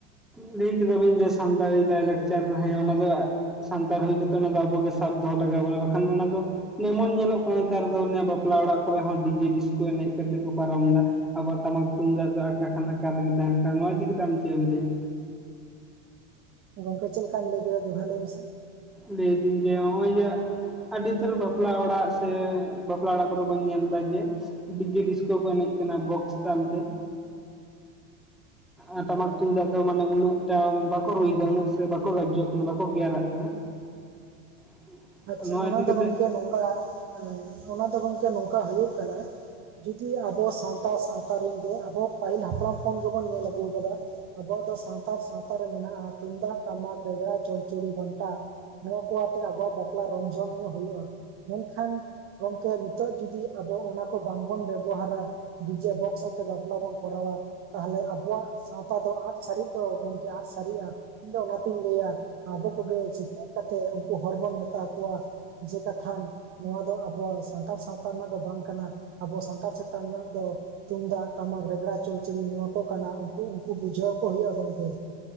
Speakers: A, in the centre; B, on the right (about 35°).
A: ᱞᱟᱹᱭ ᱠᱮᱫᱟᱵᱤᱱ ᱡᱮ ᱥᱟᱱᱛᱟᱲᱤ ᱞᱟᱭᱼᱞᱟᱠᱪᱟᱨ ᱦᱮᱸ ᱚᱱᱟ ᱫᱚ ᱥᱟᱱᱛᱟᱲ ᱦᱩᱭ ᱠᱟᱛᱮᱜ ᱚᱱᱟ ᱫᱚ ᱟᱵᱚᱜᱮ ᱥᱟᱵ ᱫᱚᱦᱚ ᱞᱟᱜᱟᱣ ᱵᱚᱱᱟ ᱵᱟᱠᱷᱟᱱ ᱚᱱᱟ ᱫᱚ ᱡᱮᱢᱚᱱ ᱧᱮᱞᱚᱜ ᱠᱟᱱᱟ ᱱᱮᱛᱟᱨ ᱫᱚ ᱵᱟᱯᱞᱟ ᱚᱲᱟᱜ ᱠᱚᱨᱮ ᱦᱚᱸ ᱰᱤᱡᱮ ᱰᱤᱥᱠᱳ ᱮᱱᱮᱡ ᱠᱟᱛᱮᱜ ᱠᱚ ᱯᱟᱨᱚᱢᱫᱟ ᱟᱵᱚᱣᱟᱜ ᱴᱟᱢᱟᱠ ᱛᱩᱢᱫᱟᱜ ᱫᱚ ᱟᱠᱟ ᱠᱷᱟᱱ ᱟᱠᱟ ᱨᱮᱜᱮ ᱛᱟᱦᱮᱱ ᱠᱟᱱᱟ ᱱᱚᱣᱟ ᱤᱫᱤ ᱠᱟᱛᱮᱷ ᱟᱢ ᱪᱮᱜ ᱮᱢ ᱞᱟᱹᱭᱟ?
B: ᱜᱚᱝᱠᱮ ᱪᱮᱜ ᱞᱮᱠᱟᱢ ᱞᱟᱹᱭ ᱠᱮᱫᱟ ᱫᱚᱲᱦᱟ ᱞᱟᱹᱭ ᱢᱮᱥᱮ?
A: ᱞᱟᱹᱭᱫᱤᱧ ᱡᱮ ᱦᱚᱜᱼᱚᱭ ᱡᱮ ᱟᱹᱰᱤ ᱩᱛᱟᱹᱨ ᱵᱟᱯᱞᱟ ᱚᱲᱟᱜ ᱥᱮ ᱵᱟᱯᱞᱟ ᱚᱲᱟᱜ ᱠᱚᱨᱮ ᱵᱚᱱ ᱧᱮᱞᱫᱟ ᱡᱮ ᱰᱤᱡᱮ ᱰᱤᱥᱠᱳ ᱠᱚ ᱮᱱᱮᱡ ᱠᱟᱱᱟ ᱵᱚᱠᱥ ᱛᱟᱞᱛᱮ ᱮᱸ ᱴᱟᱢᱟᱠ ᱛᱩᱢᱫᱟᱜ ᱫᱚ ᱢᱟᱱᱮ ᱩᱱᱟᱹᱜ ᱴᱟ ᱵᱟᱠᱚ ᱨᱩᱭᱮᱫᱟ ᱩᱱᱟᱹᱜ ᱥᱮ ᱵᱟᱠᱚ ᱜᱟᱡᱡᱚᱜ ᱠᱟᱱᱟ ᱵᱟᱠᱚ ᱠᱮᱭᱟᱨᱟᱜ ᱠᱟᱱᱟ᱾ <inaudible>
B: ᱟᱪᱪᱷᱟ
A: ᱱᱚᱣᱟ
B: ᱚᱱᱟ
A: ᱤᱫᱤ
B: ᱫᱚ
A: ᱠᱟᱛᱮᱫ
B: ᱜᱚᱝᱠᱮ ᱱᱚᱝᱠᱟ ᱮᱸ ᱚᱱᱟ ᱫᱚ ᱜᱚᱝᱠᱮ ᱱᱚᱝᱠᱟ ᱦᱩᱭᱩᱜ ᱠᱟᱱᱟ ᱡᱩᱫᱤ ᱟᱵᱚ ᱥᱟᱶᱛᱟ ᱥᱟᱶᱛᱟ ᱨᱮᱱ ᱜᱮ ᱟᱵᱚ ᱯᱟᱹᱦᱤᱞ ᱦᱟᱯᱲᱟᱢ ᱠᱷᱚᱱ ᱜᱮᱵᱚᱱ ᱧᱮᱞ ᱟᱹᱜᱩᱣ ᱠᱟᱫᱟ᱾ ᱟᱵᱚᱣᱟᱜ ᱫᱚ ᱥᱟᱱᱛᱟᱲ ᱥᱟᱶᱛᱟ ᱨᱮ ᱢᱮᱱᱟᱜᱼᱟ ᱛᱩᱢᱫᱟᱜ ᱴᱟᱢᱟᱠ ᱨᱮᱜᱽᱲᱟ ᱪᱚᱲᱪᱚᱲᱤ ᱜᱷᱚᱱᱴᱟ ᱱᱚᱣᱟ ᱠᱚ ᱟᱛᱮ ᱟᱵᱚᱣᱟᱜ ᱵᱟᱯᱞᱟ ᱨᱚᱢᱡᱚᱢ ᱧᱚᱜ ᱦᱩᱭᱩᱜᱼᱟ ᱢᱮᱱᱠᱷᱟᱱ ᱜᱚᱢᱠᱮ ᱱᱤᱛᱚᱜ ᱡᱚᱫᱤ ᱟᱵᱚ ᱚᱱᱟᱠᱚ ᱵᱟᱝᱵᱚᱱ ᱵᱮᱵᱚᱦᱟᱨᱟ ᱰᱤᱡᱮ ᱵᱚᱠᱥ ᱟᱛᱮ ᱵᱟᱯᱞᱟ ᱵᱚᱱ ᱠᱚᱨᱟᱣᱟ ᱛᱟᱦᱚᱞᱮ ᱟᱵᱚᱣᱟᱜ ᱥᱟᱶᱛᱟ ᱫᱚ ᱟᱫ ᱥᱟᱨᱤᱜ ᱫᱚ ᱜᱚᱝᱠᱮ ᱟᱫ ᱥᱟᱨᱤᱜᱼᱟ ᱤᱧ ᱫᱚ ᱚᱱᱟᱛᱤᱧ ᱞᱟᱹᱭᱟ ᱟᱵᱚ ᱠᱚᱜᱮ ᱥᱤᱠᱱᱟᱛ ᱠᱟᱛᱮᱫ ᱩᱱᱠᱩ ᱦᱚᱲ ᱵᱚᱱ ᱢᱮᱛᱟ ᱠᱚᱣᱟ ᱡᱮ ᱠᱟᱛᱷᱟᱱ ᱱᱚᱣᱟ ᱫᱚ ᱟᱵᱚᱣᱟᱜ ᱥᱟᱱᱛᱟᱲ ᱥᱟᱶᱛᱟ ᱨᱮᱱᱟᱜ ᱫᱚ ᱵᱟᱝ ᱠᱟᱱᱟ ᱟᱵᱚ ᱥᱟᱱᱛᱟᱲ ᱪᱮᱛᱟᱱ ᱨᱮᱱᱟᱜ ᱫᱚ ᱛᱩᱢᱫᱟᱜ ᱴᱟᱢᱟᱠ ᱨᱮᱜᱽᱲᱟ ᱪᱚᱲᱪᱚᱲᱤ ᱱᱚᱣᱟ ᱠᱚ ᱠᱟᱱᱟ ᱩᱱᱠᱩ ᱩᱱᱠᱩ ᱵᱩᱡᱷᱟᱹᱣ ᱠᱚ ᱦᱩᱭᱩᱜᱼᱟ ᱜᱚᱢᱠᱮ